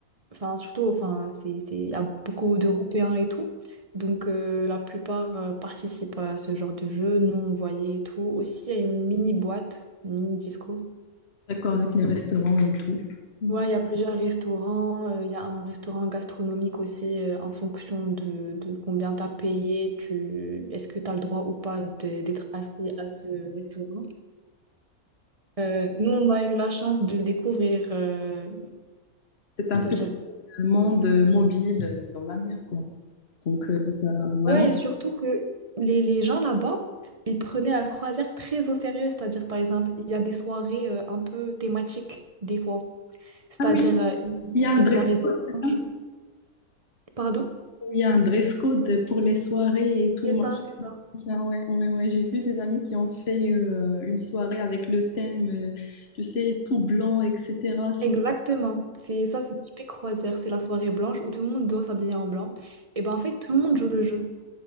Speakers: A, on the right (about 30°); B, on the left (about 45°).
A: Enfin, surtout, enfin, c'est, c'est, il y a beaucoup d'Européens et tout. Donc, euh, la plupart euh, participent à ce genre de jeu. Nous, on voyait et tout. Aussi, il y a une mini boîte, une mini disco.
B: D'accord avec les restaurants et tout. Donc,
A: Ouais, il y a plusieurs restaurants. euh, Il y a un restaurant gastronomique aussi euh, en fonction de, de combien tu as payé. Tu, est-ce que tu as le droit ou pas de- d'être assis à ce restaurant? Euh, nous, on a eu la chance de le découvrir, euh,
B: C'est un
A: c'est-à-dire
B: petit monde mobile euh, dans la mer, quoi. Donc, euh, t'as vraiment.
A: Ouais, et surtout que les, les gens là-bas, ils prenaient la croisière très au sérieux. C'est-à-dire, par exemple, il y a des soirées euh, un peu thématiques, des fois. C'est-à-dire
B: Ah oui,
A: euh, une,
B: il y a un
A: une
B: dress
A: soirée blanche.
B: code, c'est ça
A: Pardon?
B: Il y a un dress code pour les soirées et tout.
A: C'est ça, c'est ça.
B: C'est Ça, ouais, ouais, ouais. J'ai vu des amis qui ont fait euh, une soirée avec le thème, euh, tu sais, tout blanc, etc. C'était...
A: Exactement. C'est ça, c'est typique croisière. C'est la soirée blanche où tout le monde doit s'habiller en blanc. Et ben en fait, tout le monde joue le jeu.